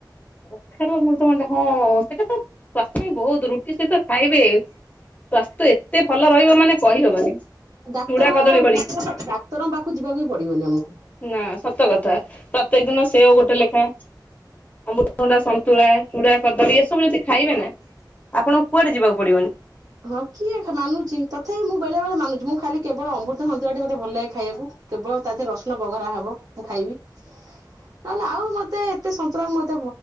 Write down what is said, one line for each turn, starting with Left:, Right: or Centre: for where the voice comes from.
Left: କଖାରୁ ଅମୃତଭଣ୍ଡା ହଁ ସେଇଟା ତ, ସ୍ୱାସ୍ଥ୍ୟ ପାଇଁ ବହୁତ ରୁଟି ସହ ସହିତ ଖାଇବେ ସ୍ୱାସ୍ଥ୍ୟ ଏତେ ଭଲ ରହିବ ମାନେ କହିହବନି।
Right: ଡାକ୍ତରଙ୍କ
Left: ଚୁଡା କଦଳୀ ଭଳି
Right: ପାଖ ଡାକ୍ତରଙ୍କ ପାଖକୁ ଯିବାକୁ ବି ପଡିବନି ଆମକୁ।
Left: ନା ସତ କଥା ପ୍ରତ୍ୟେକ ଦିନ ସେଓ ଗୋଟେ ଲେଖାଏଁ, ଅମୃତ ଭଣ୍ଡା ସନ୍ତୁଳା, ଚୁଡା କଦଳୀ ଏସବୁ ଯଦି ଖାଇବେ ନା ଆପଣଙ୍କୁ କୁଆଡେ ଯିବାକୁ ପଡିବନି।
Right: ହଁ କିଏ ମାନୁଛି ତଥାପି ମୁଁ ବେଳେ ବେଳେ ମାନୁଛି, ମୁଁ ଖାଲି କେବଳ ଅମୃତ ସନ୍ତୁଳାଟି ମତେ ଭଲ ଲାଗେ ଖାଇବାକୁ। କେବଳ ତା ଦେହରେ ରସୁଣ ବଘରା ହବ ମୁଁ ଖାଇବି। ନହେଲେ ଆଉ ମତେ ଏତେ ସନ୍ତୁଳା ମୁଁ ଏତେ